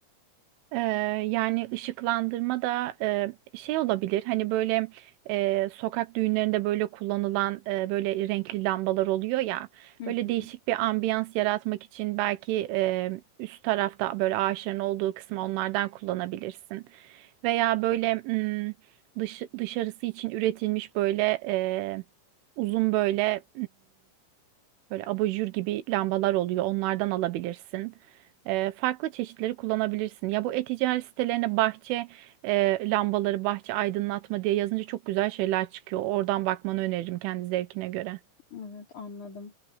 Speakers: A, on the right; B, on the left.
A: Ee, yani ışıklandırma da e, şey olabilir hani böyle e, sokak düğünlerinde böyle kullanılan e, böyle renkli lambalar oluyor ya
B: Hı. hı.
A: böyle değişik bir ambiyans yaratmak için belki e, üst tarafta böyle ağaçların olduğu kısmı onlardan kullanabilirsin veya böyle mm, dış, dışarısı için üretilmiş böyle e, uzun böyle Böyle abajur gibi lambalar oluyor. Onlardan alabilirsin. Ee, farklı çeşitleri kullanabilirsin. Ya bu e-ticaret sitelerine bahçe e, lambaları, bahçe aydınlatma diye yazınca çok güzel şeyler çıkıyor. Oradan bakmanı öneririm kendi zevkine göre.
B: Evet anladım.